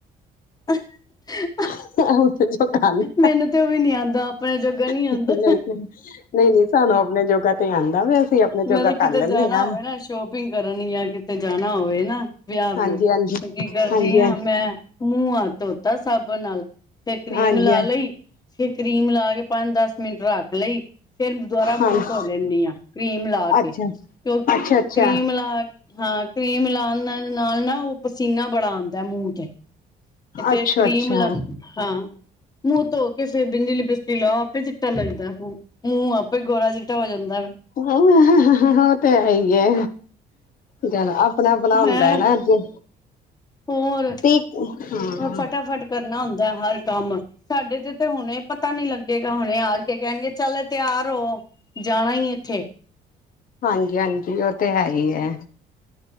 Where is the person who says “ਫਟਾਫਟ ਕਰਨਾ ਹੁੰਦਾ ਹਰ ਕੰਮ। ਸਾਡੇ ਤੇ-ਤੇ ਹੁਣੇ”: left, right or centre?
Left